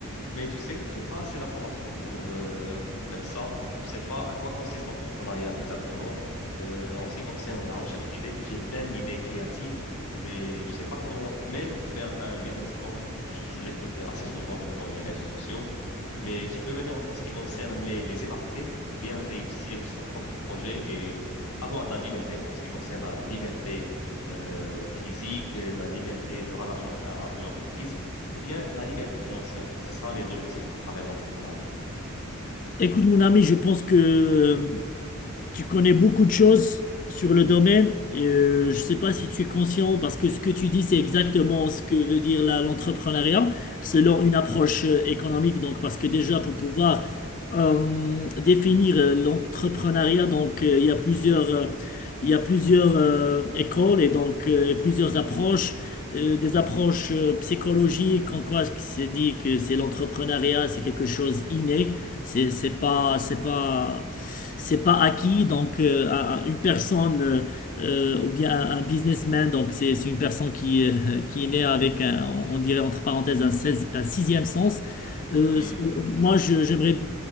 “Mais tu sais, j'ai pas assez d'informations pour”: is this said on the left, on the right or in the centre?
Left